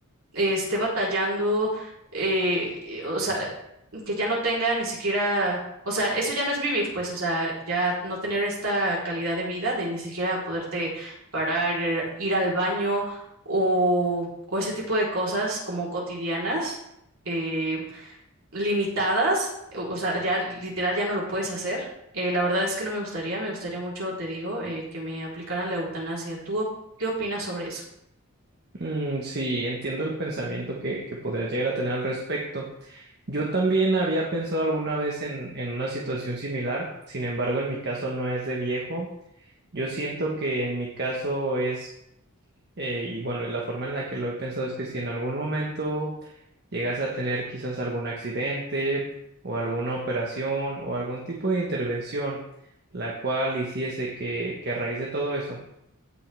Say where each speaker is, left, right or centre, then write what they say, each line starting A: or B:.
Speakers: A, on the right; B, on the right.
A: eh, esté batallando, eh, eh, o sea, que ya no tenga ni siquiera, o sea, eso ya no es vivir, pues, o sea, ya no tener esta calidad de vida de ni siquiera poderte parar, ir, ir al baño o, o ese tipo de cosas como cotidianas, eh, limitadas, o o sea, ya literal ya no lo puedes hacer. Eh, la verdad es que no me gustaría, me gustaría mucho, te digo, eh, que me aplicaran la eutanasia. ¿Tú op- qué opinas sobre eso?
B: Mm, sí, entiendo el pensamiento que, que podría llegar a tener al respecto. Yo también había pensado alguna vez en, en una situación similar, sin embargo, en mi caso no es de viejo. Yo siento que en mi caso es, eh, y bueno, y la forma en la que lo he pensado es que si en algún momento llegas a tener quizás algún accidente o alguna operación o algún tipo de intervención, la cual hiciese que, que a raíz de todo eso,